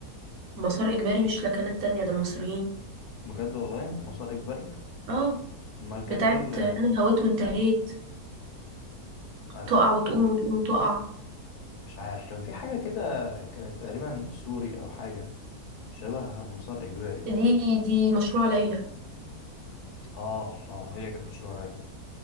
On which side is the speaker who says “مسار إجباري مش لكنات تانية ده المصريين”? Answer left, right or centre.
Right